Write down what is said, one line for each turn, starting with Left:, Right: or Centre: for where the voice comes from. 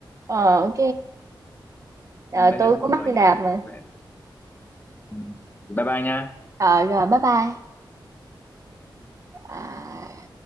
Right: Ờ, ô ờ,
Left: ừ, bây
Right: tui
Left: giờ cũng muộn
Right: cũng mắc
Left: rồi
Right: đi làm
Left: nhá
Right: mà.
Left: Vậy, ừ. bye bye nha
Right: Ờ, rồi, bye bye. À.